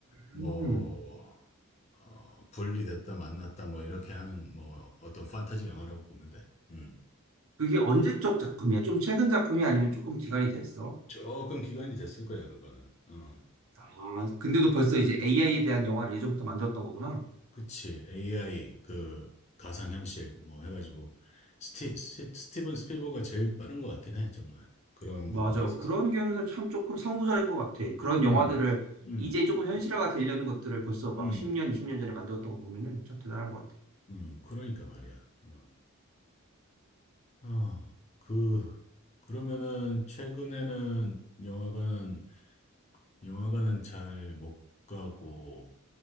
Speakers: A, on the left; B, on the right.
A: 뭐
B: 음.
A: 어, 분리됐다 만났다 뭐 이렇게 하는 뭐 어떤 판타지 영화라고 보면 돼. 음.
B: 그게 언제적 작품이야? 좀 최근 작품이 아니면 조금 기간이 됐어?
A: 조금 기간이 됐을 거예요 그거는. 어.
B: 아, 근데도 벌써 이제 AI에 대한 영화를 예전부터 만들었던 거구나.
A: 그치 AI 그 가상현실 뭐 해가지고 스티, 스티 스티븐 스필버가 제일 빠른 것 같긴 해 정말 그런
B: 맞아.
A: 부분에 있어서.
B: 그런 경우는 참 조금 선구자인 것 같아. 그런
A: 음.
B: 영화들을
A: 음.
B: 이제 조금 현실화가 되려는 것들을 벌써 막
A: 음.
B: 10년, 20년 전에 만들었던 거 보면은 참 대단한 것 같아.
A: 음, 그러니까 말이야. 음. 아, 그, 그러면은 최근에는 영화관, 영화관은 잘 못 가고